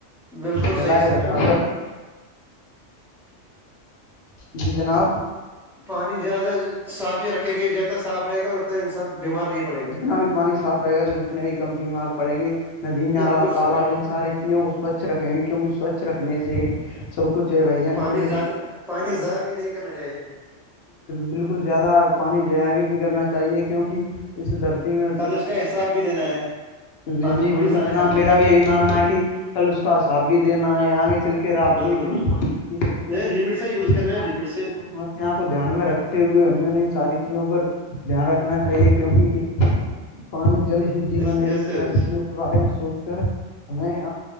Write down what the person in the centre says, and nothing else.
بالکل
صحیح سر
پانی زیادہ صاف ہی رکھیں گے جتنا صاف رہے گا اتنا انسان بیمار نہیں پڑے گا
بالکل
سر
پانی
زیادہ پانی ضائع بھی نہیں کرنا چاہیے
کل اس کا حساب بھی دینا ہے
پانی
تھوڑی
ضائع
کرنا
ہے
بالکل بالکل نہیں لمٹ سے یوز کرنا ہے لمٹ سے
یس یس
سر
یس